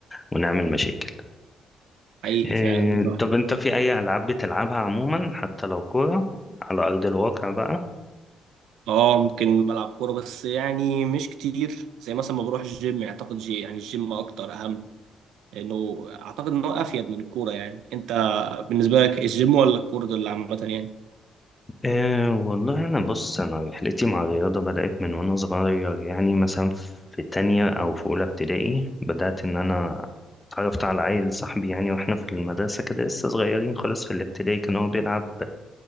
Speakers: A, on the left; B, on the right.
A: ونعمل مشاكل
B: حقيقي
A: إيه،
B: فعلا بالظبط
A: طب انت في اي العاب بتلعبها عموما حتى لو كوره على ارض الواقع بقى
B: اه ممكن بلعب كوره بس يعني مش كتير زي مثلا ما بروح الجيم اعتقد جي يعني الجيم اكتر اهم لانه اعتقد ان هو افيد من الكوره يعني انت بالنسبه لك الجيم ولا الكوره دول عامه يعني
A: إيه والله انا بص انا رحلتي مع الرياضه بدات من وانا صغير يعني مثلا في تانية او في اولى ابتدائي بدات ان انا اتعرفت على عيل صاحبي يعني واحنا في المدرسه كده لسه صغيرين خالص في الابتدائي كان هو بيلعب